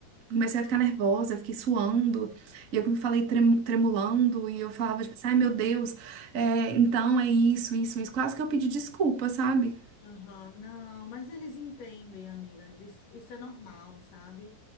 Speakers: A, on the right (about 80°); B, on the left (about 75°).
A: comecei a ficar nervosa, eu fiquei suando, e eu falei trem- tremulando, e eu falava, tipo, assim, ai meu Deus, é, então é isso, isso, isso. Quase que eu pedi desculpa, sabe?
B: Aham, não, mas eles entendem, amiga. Isso, isso é normal, sabe?